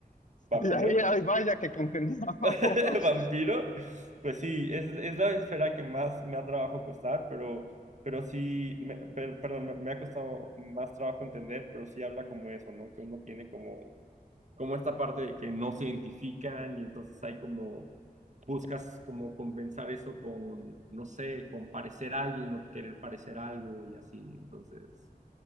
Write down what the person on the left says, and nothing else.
Y ahí, ay, vaya que congeniábamos.